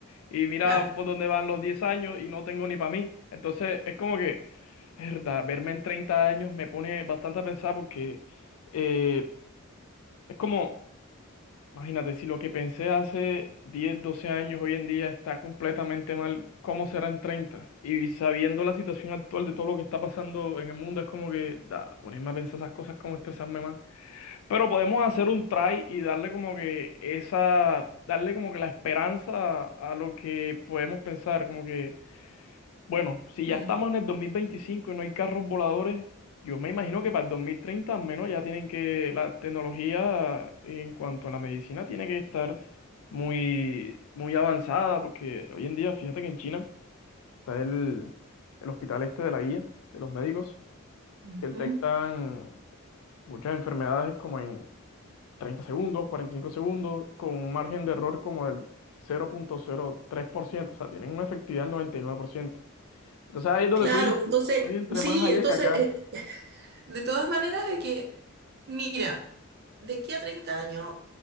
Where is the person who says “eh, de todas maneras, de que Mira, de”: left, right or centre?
Right